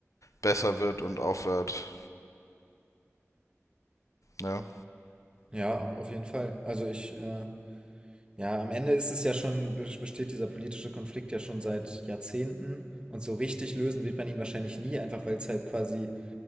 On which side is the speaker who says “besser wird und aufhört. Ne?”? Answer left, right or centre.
Left